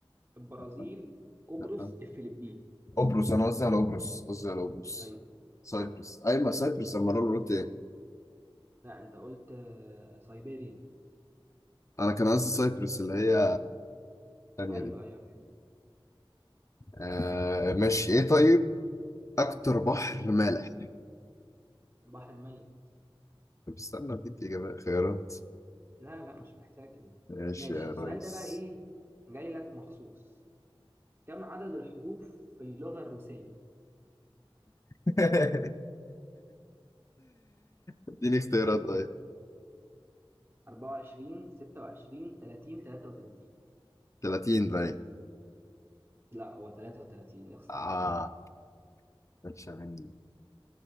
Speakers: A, on the right (about 25°); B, on the left (about 35°).
A: البرازيل
B: لا
A: قبرص
B: لا
A: الفلبين
B: قبرص أنا قصدي على قبرص قصدي على قبرص
A: ايوه
B: سايبرس
A: صح
B: أيوة ما سايبرس أما أنا قلت إيه
A: لا انت قلت آه، سيبيريا
B: أنا كان قصدي سايبرس اللي هي الثانية
A: ايوه
B: دي
A: ايوه فهمت
B: آه ماشي إيه طيب أكتر بحر مالح
A: البحر الميت
B: طب استنى أديك إجابة خيارات
A: لا لا مش محتاجة دي
B: ماشي
A: ماشي
B: يا
A: السؤال
B: ريس
A: ده بقى ايه جاي لك مخصوص كم عدد الحروف في اللغة الروسية
B: <laughs> اديني اختيارات طيب
A: 24 26 30 33
B: 30 باين
A: لا هو 33 اخصى
B: آه
A: عليه
B: ماشي مني